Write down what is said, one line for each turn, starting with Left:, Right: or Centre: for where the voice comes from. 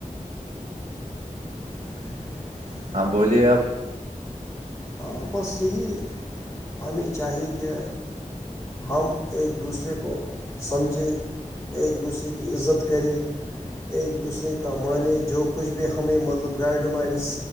Left: <unintelligible>
Right: ہاں بولیے آپ
Left: ہاں بس یہی ہمیں چاہیے کہ ہم ایک دوسرے کو سمجھے ایک دوسرے کی عزت کریں ایک دوسرے کا معنی جو کچھ بھی ہمیں مطلب گائیڈ لائنس